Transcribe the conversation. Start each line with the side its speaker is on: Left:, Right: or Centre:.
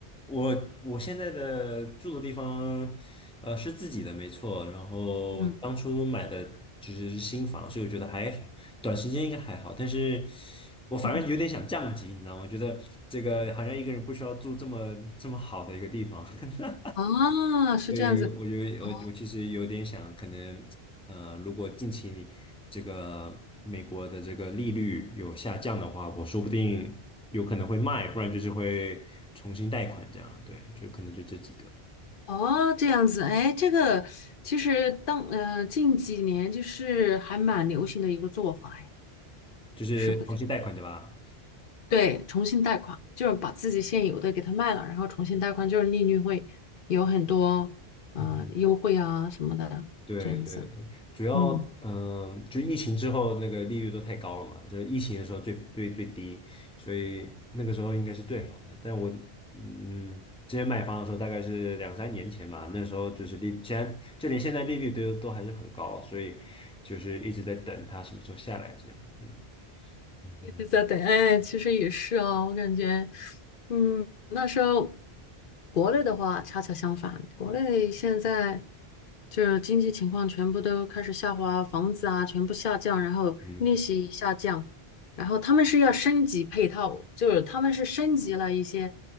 Centre: 我我现在的住的地方，呃，是自己的，没错。然后当初买的就是新房，
Left: 嗯，
Centre: 所以我觉得还好，短时间应该还好。但是我反正有点想降级，
Left: 嗯，
Centre: 你知道吗？觉得这个好像一个人不需要住这么这么好的一个地方。<laughs>
Left: 啊，是这样子，
Centre: 对，我有我我其实有点想，
Left: 哦，
Centre: 可能呃，如果近期你这个美国的这个利率有下降的话，我说不定有可能会卖，不然就是会重新贷款这样。对，就可能就这几个，
Left: 哦，这样子，哎，这个其实当呃近几年就是还蛮流行的一个做法，哎，
Centre: 就是重新贷款对吧？
Left: 是会。对，重新贷款就是把自己现有的给它卖了，然后重新贷款，就是利率会有很多嗯、
Centre: 嗯。
Left: 呃优惠啊什么的，
Centre: 对对对，
Left: 这样子。
Centre: 主要嗯、
Left: 嗯。
Centre: 呃就疫情之后那个利率都太高了嘛，就是疫情的时候最最最低，所以那个时候应该是最好的。但我嗯，之前买房的时候大概是两三年前嘛，那时候就是利，现在就连现在利率都都还是很高，所以就是一直在等它什么时候下来这样。嗯嗯哼
Left: 一直在等，哎，其实也是哦，我感觉，嗯，那时候国内的话恰恰相反，国内现在就是经济情况全部都开始下滑，房子啊全部下降，然后利息下降，
Centre: 嗯
Left: 然后他们是要升级配套，就是他们是升级了一些